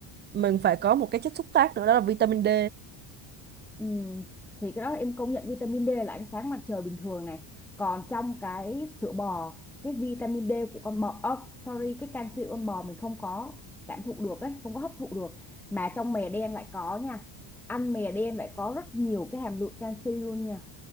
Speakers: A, on the right; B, in the centre.
A: mình phải có một cái chất xúc tác nữa đó là vitamin D
B: Ừm, thì cái đó em công nhận vitamin D là ánh sáng mặt trời bình thường này còn trong cái sữa bò cái vitamin D của con bò ơ, sorry cái canxi của con bò mình không có cảm thụ được ấy không có hấp thụ được mà trong mè đen lại có nha ăn mè đen lại có rất nhiều cái hàm lượng canxi luôn nha